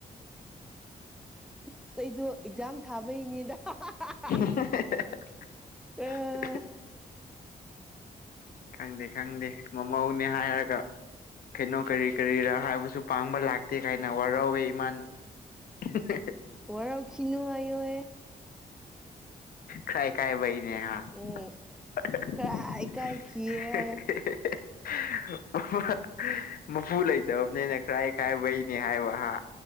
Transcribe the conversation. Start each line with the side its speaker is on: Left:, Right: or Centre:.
Centre: ꯑꯁ ꯑꯩꯗꯣ ꯑꯦꯛꯖꯥꯝ ꯊꯥꯕꯩꯅꯦꯗ <unintelligible>
Left: <unintelligible>
Centre: ꯑ <inaudible>
Left: ꯈꯪꯗꯦ ꯈꯪꯗꯦ ꯃꯃꯧꯅꯦ ꯍꯥꯏꯔꯒ ꯀꯩꯅꯣ ꯀꯔꯤ ꯀꯔꯤꯔꯥ ꯍꯥꯏꯕꯁꯨ ꯄꯥꯡꯕ ꯂꯥꯛꯇꯦ ꯀꯥꯏꯅ ꯋꯥꯔꯧꯋꯦ ꯏꯃꯥꯅ <unintelligible>
Centre: ꯋꯥꯔꯎ ꯀꯅꯣ ꯍꯥꯏꯣꯋꯌꯦ
Left: ꯈꯥꯏ ꯀꯥꯏ ꯍꯤꯅꯦ ꯍꯥ <unintelligible>
Centre: ꯎꯝ
Left: <unintelligible>
Centre: ꯈꯔ ꯏꯀꯥꯏꯈꯤꯌꯦ ꯍꯥꯏꯌꯣ
Left: ꯃꯄꯨ ꯂꯩꯇꯕꯅꯦꯅ ꯀꯔꯥꯏ ꯀꯥꯏꯕꯩꯅꯦ ꯍꯥꯏꯕ ꯑꯍ